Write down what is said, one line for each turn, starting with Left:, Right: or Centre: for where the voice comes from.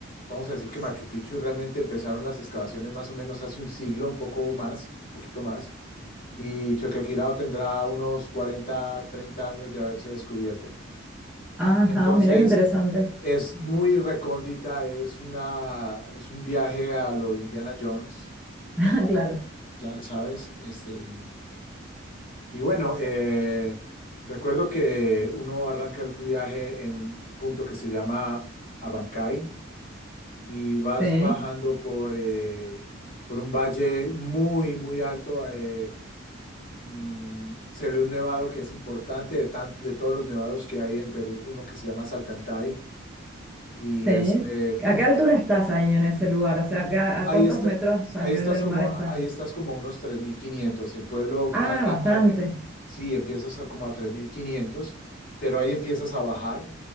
Left: vamos a decir que Machu Picchu realmente empezaron las excavaciones más o menos hace un siglo, un poco más, un poquito más y Choquequirao tendrá unos 40 30 años de haberse descubierto.
Centre: Ajá,
Left: Entonces,
Centre: mira qué interesante.
Left: es muy recóndita, es una, es un viaje a lo Indiana Jones,
Centre: <laughs> Claro.
Left: la- ¿sabes? Este, y bueno, eh, recuerdo que uno arranca el viaje en un punto que se llama Abancay y vas
Centre: Sí,
Left: bajando por, eh, por un valle muy, muy alto. eh, Mm, se ve un nevado que es importante de tanto, de todos los nevados que hay en Perú, uno que se llama Salcantay y
Centre: sí.
Left: este
Centre: ¿A qué altura estás ahí en ese lugar? O sea, ¿a, qué- a
Left: ahí
Centre: cuántos
Left: está
Centre: metros a
Left: ahí
Centre: nivel
Left: estás
Centre: del
Left: como
Centre: mar estás?
Left: ahí estás como a unos 3500 el pueblo
Centre: Ah,
Left: a-
Centre: bastante.
Left: a- a- eh, sí empiezas a como a tres mil quinientos pero ahí empiezas a bajar.